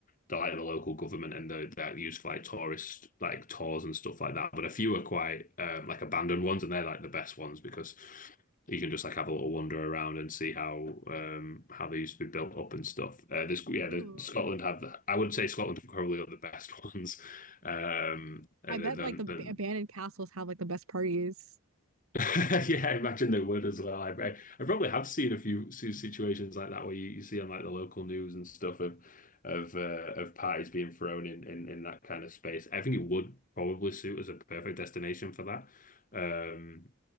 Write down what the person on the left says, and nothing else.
the like the local government and the that used for like tourist like tours and stuff like that. But a few are quite um, like abandoned ones, and they're like the best ones because you can just like have a little wander around and see how um how they used to be built up and stuff. Uh, this yeah,
the, Scotland have the, I would say Scotland are probably are the best <laughs> ones. Um, and
then,
then,
<laughs> Yeah, I imagine they would as well. I, I I probably have seen a few few situations like that where you, you see on like the local news and stuff of of uh, of parties being thrown in, in in that kind of space. I think it would probably suit as a perfect destination for that. Um,